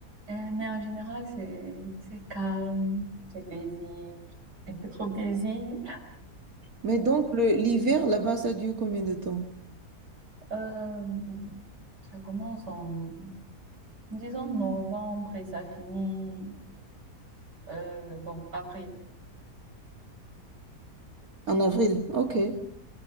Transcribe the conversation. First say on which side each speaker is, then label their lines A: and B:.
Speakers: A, on the right (about 90°); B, on the right (about 60°).
A: Euh, mais en général, c'est, c'est calme, c'est paisible, un peu trop paisible.
B: Mais donc, le, l'hiver, là-bas, ça dure combien de temps?
A: Euh, ça commence en, disons, novembre et ça finit, euh, bon, avril.
B: En avril. OK.